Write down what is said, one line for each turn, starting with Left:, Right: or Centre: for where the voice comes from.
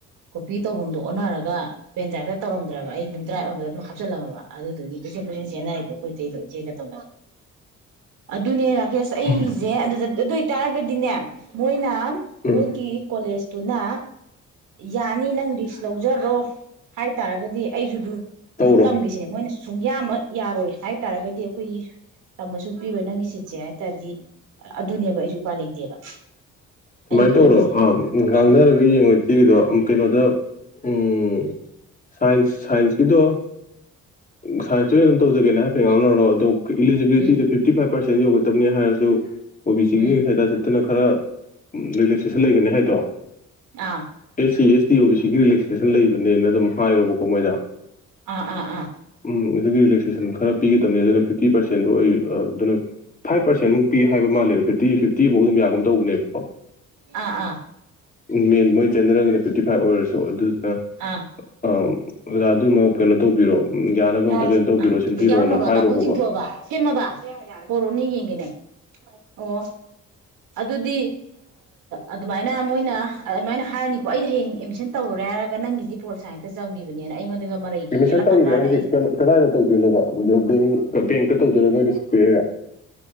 Right: ꯀꯣꯄꯤ ꯇꯧꯕꯝꯗꯨ ꯑꯣꯟꯅꯔꯒ ꯄꯦꯟ ꯗ꯭ꯔꯥꯏꯞꯇ ꯇꯧꯔꯝꯗ꯭ꯔꯕ ꯑꯩ ꯑꯗꯨꯝ ꯗ꯭ꯔꯥꯏꯕ ꯑꯃꯗ ꯑꯗꯨꯝ ꯍꯥꯞꯆꯤꯜꯂꯝꯃꯕ ꯑꯗꯨꯗꯨꯒꯤ ꯀꯣꯏꯆꯦꯜ ꯀꯣꯏꯆꯦꯜ ꯆꯦꯟꯅꯔꯤꯕ ꯑꯩꯈꯣꯏ ꯏꯇꯩꯗꯣ ꯏꯆꯦꯒ ꯇꯧꯅꯔꯒ ꯑꯗꯨꯅꯦ ꯔ ꯀꯦꯁ ꯑꯩꯖꯦ
Left: ꯎꯝ
Right: ꯑꯗꯨꯗ ꯑꯗꯨꯏ ꯇꯥꯔꯒꯗꯤꯅꯦ ꯃꯣꯏꯅ
Left: ꯎꯝ
Right: ꯃꯣꯏꯒꯤ ꯀꯣꯂꯦꯖ ꯇꯨꯅ ꯌꯥꯅꯤ ꯅꯪ ꯔꯤꯛꯁ ꯂꯧꯖꯔꯣ ꯍꯥꯏꯇꯥꯔꯒꯗꯤ ꯑꯩꯖꯨ ꯗꯨ ꯑꯗꯨꯝ
Left: ꯇꯧꯔꯣ
Right: ꯇꯝꯈꯤꯁꯤꯅꯦ ꯃꯣꯏꯅ ꯁꯨꯡꯌꯥꯃꯛ ꯌꯥꯔꯣꯏ ꯍꯥꯏ ꯇꯥꯔꯒꯗꯤ ꯑꯩꯈꯣꯏ ꯇꯝꯃꯁꯨ ꯄꯤꯔꯣꯏ ꯅꯪꯒꯤ ꯁꯤꯠꯁꯦ ꯍꯥꯏ ꯇꯥꯔꯗꯤ ꯑꯗꯨꯅꯦꯕ ꯑꯩꯁꯨ ꯎꯄꯥꯏ ꯂꯩꯇꯦꯕ
Left: ꯁꯨꯃꯥꯏꯅ
Right: ꯑꯩꯅ ꯈꯜꯂꯝꯃꯤꯁꯦ
Left: ꯇꯧꯔꯣ ꯑ ꯉꯥꯡꯅꯔꯒ
Right: ꯎꯝ
Left: ꯌꯦꯡꯉꯣꯏ ꯏꯆꯦꯒꯤꯗꯣ ꯀꯩꯅꯣꯗ ꯎꯝ ꯁꯥꯏꯟꯁ ꯁꯥꯏꯟꯁ ꯀꯤꯗꯣ ꯁꯥꯏꯟꯁꯇꯨ ꯑꯩ ꯑꯗꯨꯝ ꯇꯧꯖꯒꯦꯅ ꯍꯥꯏꯐꯦꯠ ꯉꯥꯡꯅꯔꯣꯂꯣ ꯑꯗꯨ ꯏꯂꯂꯤꯖꯤꯕꯤꯂꯤꯇꯤꯗ
Right: ꯎꯝ ꯎꯝ
Left: ꯐꯤꯐꯇꯤ ꯐꯥꯏꯚ ꯄꯥꯔꯁꯦꯟ ꯌꯧꯒꯗꯕꯅꯤ ꯍꯥꯏꯔꯁꯨ ꯑꯣ ꯕꯤ ꯁꯤꯒꯤ
Right: ꯎꯝ
Left: ꯈꯥꯏꯗꯥ ꯆꯠꯇꯅ ꯈꯔ ꯔꯤꯂꯦꯛꯁꯦꯁꯟ ꯂꯩꯒꯅꯤ ꯍꯥꯏꯗꯣ
Right: ꯑꯥ
Left: SC S T O B ꯁꯤꯒꯤ ꯔꯤꯂꯦꯛꯁꯦꯁꯟ ꯂꯩꯕꯅꯦꯅ ꯑꯗꯨꯝ ꯍꯥꯏꯔꯣꯕꯀꯣ ꯃꯣꯏꯗ
Right: ꯑꯥ ꯑꯥ ꯑꯥ
Left: ꯎꯝ ꯑꯗꯨꯒꯤ ꯔꯤꯂꯦꯛꯁꯦꯁꯟ ꯈꯔ ꯄꯤꯒꯗꯕꯅꯦ ꯑꯗꯨꯅ ꯐꯤꯐꯇꯤ ꯄꯔꯁꯦꯟꯗꯨ ꯑꯩ ꯑꯗꯨꯅ ꯐꯥꯏꯚ ꯄꯥꯔꯁꯦꯟꯃꯨꯛ ꯄꯤ ꯍꯥꯏꯕ ꯃꯥꯜꯂꯦꯕ ꯐꯤꯞꯇꯤ ꯐꯤꯐꯇꯤꯐꯧ ꯑꯗꯨꯝ ꯌꯥꯒꯨꯝ ꯇꯧꯕꯅꯦꯕꯀꯣ
Right: ꯑꯥ ꯑꯥ
Left: ꯎꯝ ꯃꯦꯟ ꯆꯗ꯭ꯔꯒꯅꯦ ꯐꯤꯇꯤ ꯐꯥꯏꯚ ꯑꯣꯏꯔꯁꯨ ꯑꯗꯨꯗꯨꯅ
Right: ꯑꯥ
Left: ꯑ ꯑꯣꯖꯥ ꯑꯗꯨꯃꯛ ꯀꯩꯅꯣ ꯇꯧꯕꯤꯔꯣ ꯎꯝ ꯌꯥꯅꯕ
Right: ꯑ
Left: ꯑꯝꯇ ꯀꯩꯅꯣ ꯇꯧꯕꯤꯔꯣ ꯁꯤꯟꯕꯤꯔꯣꯅ
Right: ꯌꯥꯎꯔꯝꯃꯕ
Left: ꯍꯥꯏꯔꯣꯕꯀꯣ
Right: ꯇꯥꯃꯣ ꯆꯤꯡꯊꯣꯛꯑꯕ ꯁꯦꯝꯃꯕ ꯄꯣꯔꯣꯛꯑꯣꯅꯦ ꯌꯦꯡꯒꯦꯅꯦ ꯑꯣ ꯑꯗꯨꯗꯤ ꯑꯗꯨꯃꯥꯏꯅ ꯃꯣꯏꯅ ꯑꯗꯨꯃꯥꯏꯅ ꯍꯥꯏꯔꯅꯤꯀꯣ ꯑꯩꯗꯤ ꯍꯌꯦꯡ ꯑꯦꯠꯃꯤꯁꯟ ꯇꯧꯔꯨꯔꯦ ꯍꯥꯏꯔꯒ ꯅꯪꯒꯤꯗꯤ ꯄꯣꯜ ꯁꯥꯏꯟꯁꯇ ꯆꯪꯒꯤꯈꯤꯕꯅꯦꯅ ꯑꯩꯉꯣꯟꯗ ꯃꯔꯩꯒ
Left: ꯑꯦꯗꯃꯤꯁꯟ
Right: ꯌꯦꯜꯂꯛꯀꯗ꯭ꯔꯥꯅ
Left: ꯇꯧꯔꯨꯔꯦ ꯍꯥꯏꯁꯦ
Right: ꯑꯩꯁꯦ
Left: ꯀꯗꯥ ꯀꯗꯥꯏꯗ ꯇꯧꯗꯣꯏꯅꯣꯕ ꯕꯦꯡ ꯕꯦꯡꯇ ꯇꯧꯗꯣꯏꯔꯣ ꯃꯣꯏ ꯔꯤꯁꯤꯚ ꯄꯤꯔꯛꯏꯔꯥ